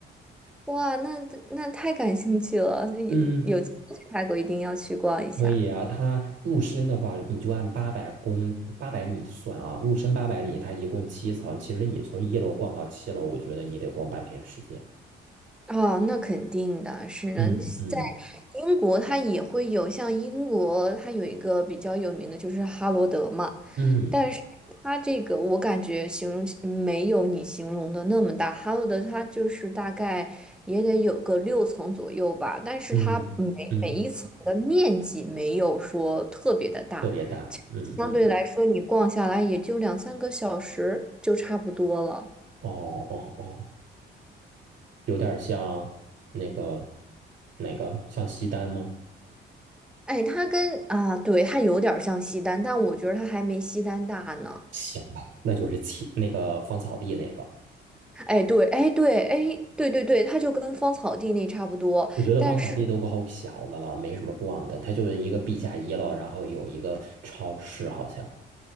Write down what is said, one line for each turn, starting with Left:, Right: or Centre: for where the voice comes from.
Centre: 哇，那那太感兴趣了，有
Right: 嗯，
Centre: 有机会去泰国一定要去逛一下。
Right: 可以啊。它入深的话，你就按八百公八百米算啊，入深八百米，它一共七层。其实你从一楼逛到七楼，我觉得你得逛半天时间。
Centre: 哦，那肯定的，是呢，
Right: 嗯嗯
Centre: 在英国它也会有，像英国它有一个比较有名的就是哈罗德嘛，
Right: 嗯
Centre: 但是它这个我感觉形容起没有你形容的那么大，哈罗德它就是大概也得有个六层左右吧，但是它每每一层的面积没有说特别的大。
Right: 嗯嗯，特别大。嗯嗯，
Centre: 相对来说，你逛下来也就两三个小时就差不多了。
Right: 哦哦哦，有点像那个哪个像西单吗？
Centre: 哎，它跟啊，对，它有点儿像西单，但我觉得它还没西单大呢。
Right: 行吧，那就是七那个芳草地那个。
Centre: 哎，对，哎，对，哎，对对对，它就跟芳草地那差不多。
Right: 我觉得芳草地都够小的了，
Centre: 但是，
Right: 没什么逛的，它就是一个地下一楼，然后有一个超市，好像。